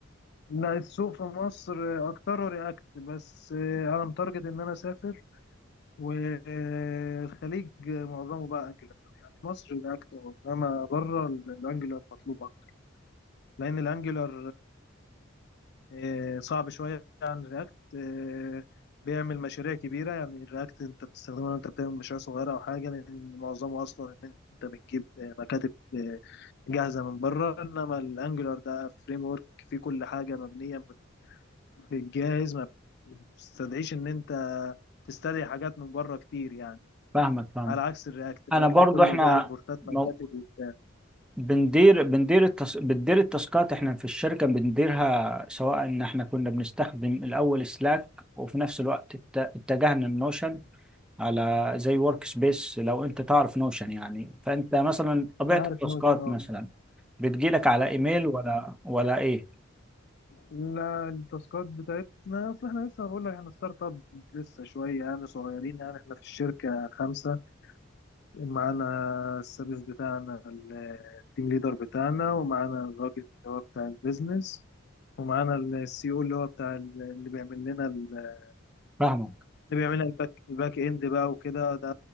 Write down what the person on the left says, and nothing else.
لا السوق في مصر آه، اكتره رياكت بس آه، انا متارجت ان انا اسافر والخليج معظمه بقى انجولار يعني مصر رياكت انما بره الانجولار مطلوب اكتر لان الانجولار آه، صعب شويه عن رياكت آه، بيعمل مشاريع كبيره يعني الرياكت انت بتستخدمه انت بتعمل مشاريع صغيره او حاجه لان معظمه اصلا ان انت بتجيب آه، مكاتب آه، جاهزه من بره انما الانجلر ده فريم ورك فيه كل حاجه مبنيه من الجاهز ما بتستدعيش ان انت تستدعي حاجات من بره كتير يعني
على عكس الرياكت الرياكت
كله
بقى امبورتات
مكاتب وبتاع
أنا عارف
نوت انا
لا التاسكات بتاعتنا اصل احنا لسه بقول لك احنا ستارت اب لسه شويه يعني صغيرين يعني احنا في الشركه خمسه ومعانا السادس بتاعنا التيم ليدر بتاعنا ومعانا الراجل اللي هو بتاع البيزنس ومعانا السي او اللي هو بتاع ال- اللي بيعمل لنا ال-
اللي بيعمل لنا الباك الباك اند بقى وكده ده